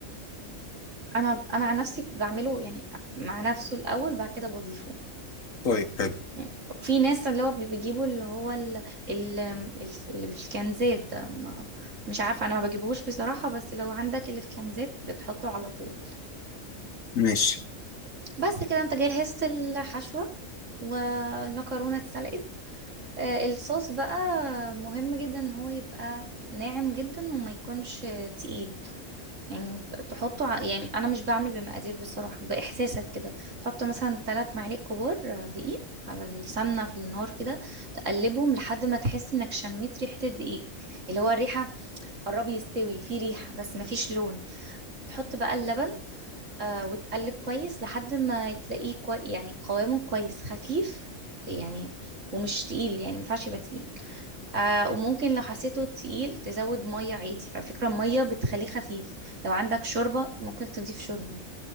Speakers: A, on the right (about 70°); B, on the left (about 90°).
A: انا انا عن نفسي بعمله يعني مع نفسه الاول بعد كده بضيفه
B: طيب حلو
A: يعني في ناس اللي هو بي- بيجيبوا اللي هو ال... ال... ال- اللي في الكنزات ده ما... مش عارفه انا ما بجيبهوش بصراحه بس لو عندك اللي في كنزات بتحطه على طول
B: ماشي
A: بس كده انت جهزت الحشوه والمكرونه اتسلقت آه، الصوص بقى مهم جدا ان هو يبقى ناعم جدا وما يكونش تقيل يعني تحطه ع- يعني انا مش بعمل بمقادير بصراحة باحساسك كده تحط مثلا ثلاث معالق كبار آه، دقيق على السمنة في النار كده تقلبهم لحد ما تحس انك شميت ريحة الدقيق اللي هو الريحة قرب يستوي في ريحة بس مفيش لون تحط بقى اللبن آه وتقلب كويس لحد ما تلاقيه كوي يعني قوامه كويس خفيف يعني ومش تقيل يعني مينفعش يبقى تقيل آه وممكن لو حسيته تقيل تزود مية عادي على فكرة المية بتخليه خفيف لو عندك شوربة ممكن تضيف شوربة